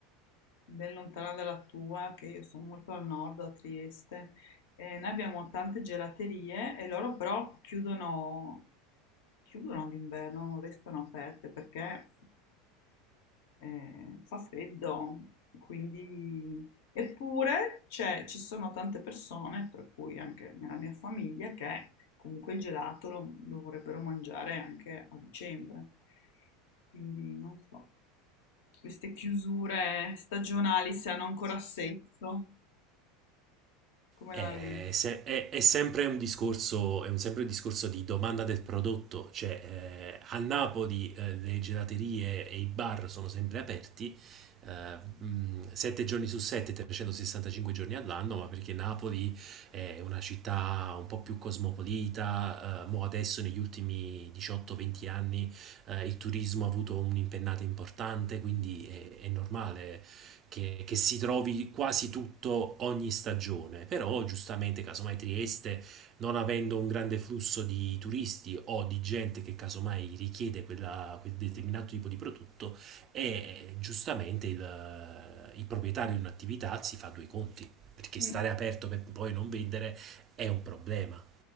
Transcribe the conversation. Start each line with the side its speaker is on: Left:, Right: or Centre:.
Left: ben lontana dalla tua, che io sono molto al nord, a Trieste, eh, noi abbiamo tante gelaterie e loro però chiudono, chiudono d'inverno, non restano aperte perché eh, fa freddo, quindi... Eppure c'è- ci sono tante persone, tra cui anche nella mia famiglia, che comunque il gelato lo, lo vorrebbero mangiare anche a dicembre. Quindi non so, queste chiusure stagionali se hanno ancora senso, come
Right: È,
Left: la vedi?
Right: se- è- è sempre un discorso, è un- sempre un discorso di domanda del prodotto, cioè eh, a Napoli eh, le gelaterie e i bar sono sempre aperti, eh, mh, 7 giorni su 7, 365 giorni all'anno, ma perché Napoli è una città un po' più cosmopolita, eh, mo adesso negli ultimi 18-20 anni eh, il turismo ha avuto un'impennata importante, quindi è, è normale che, che si trovi quasi tutto ogni stagione, però giustamente casomai Trieste, non avendo un grande flusso di turisti o di gente che casomai richiede quella- quel determinato tipo di prodotto, e giustamente il, il proprietario di un'attività si fa due conti, perché
Left: Mm.
Right: stare aperto per poi non vendere è un problema.